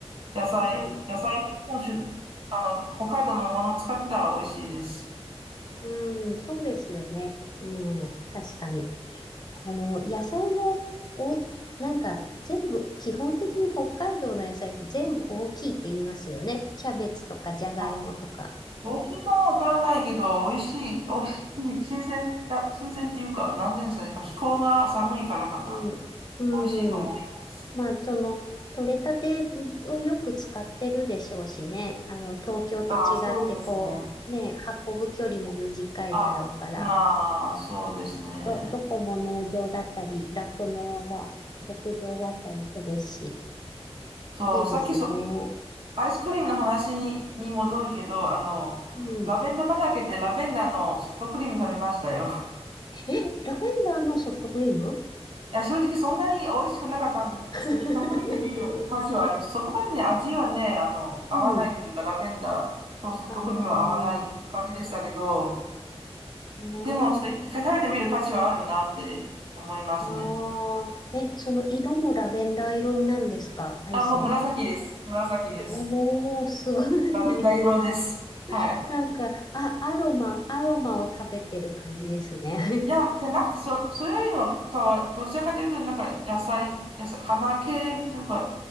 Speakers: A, on the right; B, on the left.
A: う、野菜、
B: な、<laughs>
A: 野菜も本州、あの、北海道のものを使ってたら美味しいです。
B: うん、そうですよね。うん、確かに。あの、野菜も、お、なんか全部、基本的に北海道の野菜って全部大きいって言いますよね。キャベツとかじゃがいもとか。
A: あ、大きさはわからないけど、美味しい、美味しい、新鮮だ、新鮮っていうか、なんていうんですかね、やっぱ気候が寒いからかな。
B: うん、うん。
A: 美味しいと思います。
B: まあ、その、取れたてをよく使ってるでしょうしね。あの、東京と違って、
A: あ、そうですね。
B: こう、ね、運ぶ距離も短いだろうから、
A: あ、まあ、そうですね。
B: ど、どこも農場だったり、酪農が、牧場があったりするし、
A: そう、
B: いいですね。
A: さっきそ、アイスクリームの話に、に戻るけど、あの、
B: うん。
A: ラベンダー畑でラベンダーのソフトクリーム食べましたよ。<laughs>
B: え、ラベンダーのソフトクリーム
A: いや、正直そんなに美味しくなかったんですけど、
B: <laughs>
A: 一回食べてみる価値はあります。そこまでね、味はね、あの、合わないっていうか、
B: うん。
A: ラベンダーとソフトクリームは合わない感じでしたけど、
B: ああ、うーん
A: でもちょっと一回食べてみる価値はあるなって思いますね。
B: ああ、え、その色もラベンダー色なんですかアイスの。
A: あ、もう紫です。紫です。
B: おー、すごい。
A: ラベンダー色です。はい。
B: <laughs> なんか、あ、アロマ、アロマを食べてる感じですね。
A: いや、じゃなくて、そ、それよりもかは、どちらかというと、なんか野菜、野菜、花系というか、